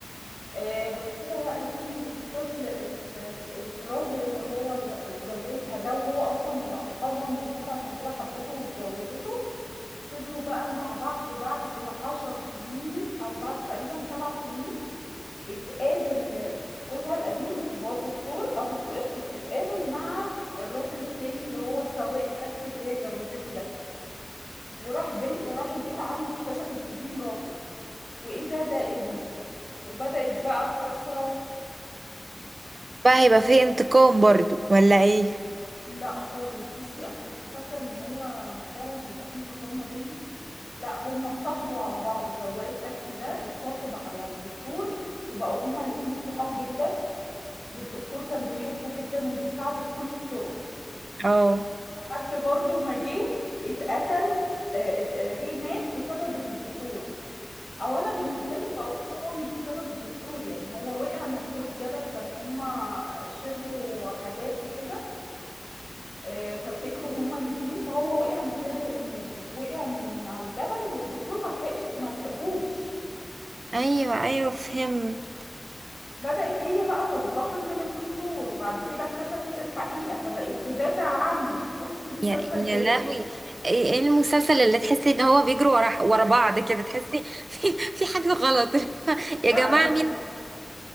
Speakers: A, on the left; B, on the right.
A: آه بعد كده بقى جه الطفل ال... الراجل اللي هو اتجوزها ده وهو اصلا اللي انقذها من الموت عشان كده حبته واتجوزته فضلوا بقى مع بعض بعد عشر سنين او بعد تقريبا سبع سنين اتقابل جوزها القديم اللي هو الدكتور ابو الطفل اتقابل مع الراجل التاني اللي هو سواق التاكسي اللي هي اتجوزته ده وراح بي... وراح البيت عنده اكتشف ان دي مراته وايه ده ده ابنه وبدأت بقى القصة
B: بقى هيبقى فيه انتقام برضو ولا ايه
A: لا خالص بصي انا كنت فاكرة ان هو فعلا هيبقى في انتقام ما بينهم لا هما اتصاحبوا على بعض سواق التاكسي ده اتصاحب على الدكتور وبقوا هما الاتنين صحاب جدا والدكتور كان بيحبه جدا وبيساعده بكل الطرق
B: اه
A: لحد برضه ما جه اتقتل آه، ات- آه، جه مات بسبب الدكتور او انا بالنسبه لي بقول هو مش بسبب الدكتور يعني هو وقع من فوق الجبل كانوا هما شربوا حاجات وكده آه، فسكروا هما الاتنين فهو وقع من غير م- وقع من على الجبل والدكتور ما لحقش ما لحقهوش
B: ايوه ايوه فهم
A: بدأت هي بقى تنتقم من الدكتور وبعد كده اكتشفت الحقيقة فبقت تدافع عنه بصي مسلسل
B: يا يا
A: جامد
B: لهوي ايه إيه المسلسل اللي تحسي ان هو بيجروا ورا ورا بعض كده تحسي في في حاجه غلط <laughs>
A: لا
B: يا جماعه
A: دول
B: مين